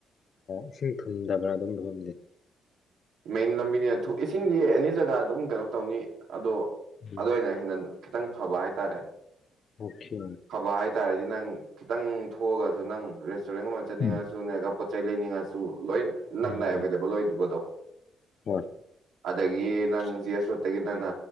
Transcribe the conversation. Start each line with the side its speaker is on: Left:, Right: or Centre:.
Left: ꯏꯁꯤꯡ ꯊꯨꯝꯗꯕ꯭ꯔꯥ ꯑꯗꯨ ꯃꯐꯝꯗꯤ
Right: ꯃꯦꯟ ꯂꯝꯕꯤꯅꯦ ꯏꯁꯤꯡꯗꯤ ꯑꯦꯅꯤ ꯖꯒꯥ ꯑꯗꯨꯝ ꯀꯩꯅꯣ ꯇꯧꯅꯤ ꯑꯗꯣ
Left: ꯎꯝ
Right: ꯑꯗꯨ ꯋꯥꯏꯅ ꯍꯦꯟꯅ ꯈꯤꯇꯪ ꯐꯕ ꯍꯥꯏꯇꯥꯔꯦ
Left: ꯑꯣꯀꯦ
Right: ꯐꯕ ꯍꯥꯏꯇꯥꯥꯔꯗꯤ ꯅꯪ ꯈꯤꯇꯪ ꯊꯣꯛꯑꯒꯁꯨ ꯅꯪ ꯔꯦꯁꯇꯨꯔꯦꯟꯒꯨꯝꯕ ꯆꯠꯅꯤꯡꯉꯁꯨ
Left: ꯎꯝ
Right: ꯅꯠꯇ꯭ꯔꯒ ꯄꯣꯠꯆ ꯆꯩ ꯂꯩꯅꯤꯡꯉꯁꯨ ꯂꯣꯏ ꯅꯛꯅ
Left: ꯎꯝ
Right: ꯑꯦꯕꯥꯏꯂꯦꯕꯜ ꯑꯣꯏꯗꯕꯗꯣ
Left: ꯍꯣꯏ
Right: ꯑꯗꯒꯤ ꯅꯪ ꯖꯁ ꯒꯤ ꯅꯪꯅ